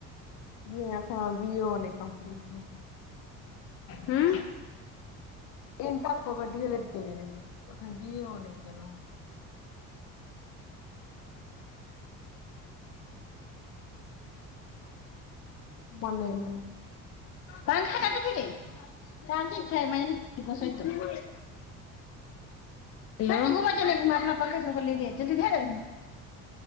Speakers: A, on the left; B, on the left.
A: नै अखन हम बी ए ओ नै कम्प्लीट हो
B: हूँ
A: इंटर कऽ के डी एल एड कने रहिै अखन बी ए ओ नहि केलहु म नहि नहि
B: पंखा के <unintelligible> हंगू चल अपना <unintelligible> पखा च बोलियै
A: हेलो।
B: जी ध ह